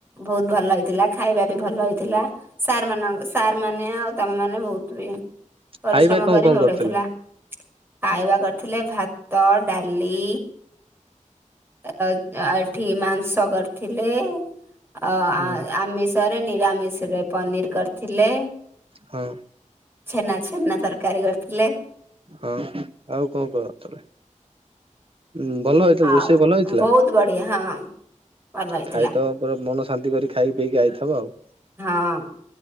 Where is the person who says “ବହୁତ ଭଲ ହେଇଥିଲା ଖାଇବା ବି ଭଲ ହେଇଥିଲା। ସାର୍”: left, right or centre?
Right